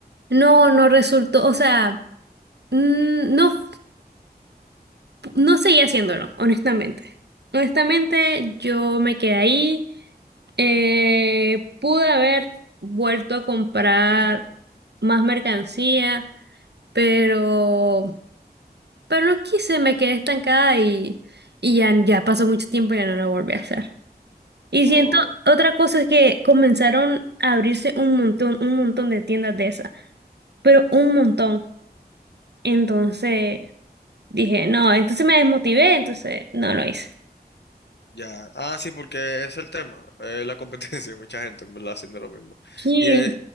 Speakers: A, on the right; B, on the left.
A: No, no resultó, o sea, mm, no, f- no seguí haciéndolo, honestamente. Honestamente, yo me quedé ahí. Eh, pude haber vuelto a comprar más mercancía, pero, pero no quise, me quedé estancada y, y ya, ya pasó mucho tiempo y ya no lo volví a hacer. Y
B: Oh,
A: siento, otra cosa es que comenzaron a abrirse un montón, un montón de tiendas de esas, pero un montón. Entonces dije, no, entonces me desmotivé, entonces no lo hice.
B: Ya, ah, sí, porque es el tema, eh, la competencia, <laughs> mucha gente, en ¿verdad? Haciendo lo mismo.
A: Sí,
B: Y, eh,